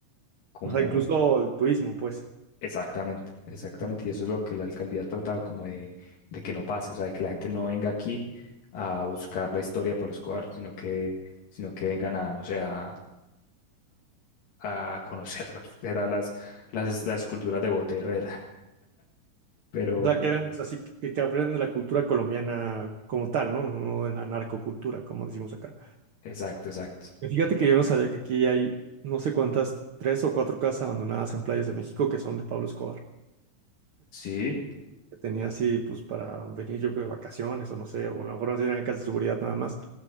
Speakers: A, on the left; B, on the right.
A: como
B: O sea, incluso el turismo, pues.
A: exactamente, exactamente.
B: Ok.
A: Y eso es lo que la alcaldía ha tratado como de, de que no pase, o sea, de que la gente no venga aquí a buscar la historia para los cuartos, sino que, sino que vengan a, no sé, a a, a conocer, <laughs> era las, las, las esculturas de Botero, era. Pero,
B: O sea, que, vean, o sea, sí que, que aprendan de la cultura colombiana como tal, ¿no? No de la narcocultura, como decimos acá.
A: exacto, exacto.
B: Y Fíjate que yo no sabía que aquí hay no sé cuántas, tres o cuatro casas abandonadas en playas de México que son de Pablo Escobar.
A: Sí,
B: Que tenía así, pues, para venir yo creo de vacaciones o no sé, o a lo mejor no tienen acá de seguridad nada más,